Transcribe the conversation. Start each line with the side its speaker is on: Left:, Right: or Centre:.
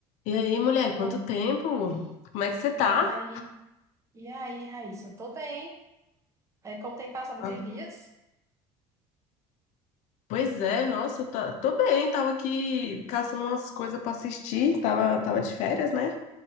Left: E aí, mulher,
Right: Ô,
Left: quanto tempo? Como é que você tá?
Right: E aí, e aí, Raíssa? Eu tô bem. É, como tem passado esses
Left: Ah,
Right: dias?
Left: Pois é, nossa, eu tá- tô bem, tava aqui caçando umas coisas pra assistir, tava, tava de férias, né?